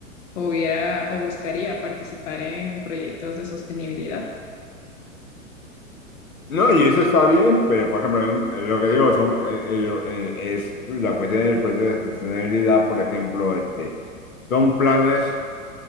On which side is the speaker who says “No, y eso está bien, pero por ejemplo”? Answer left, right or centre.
Left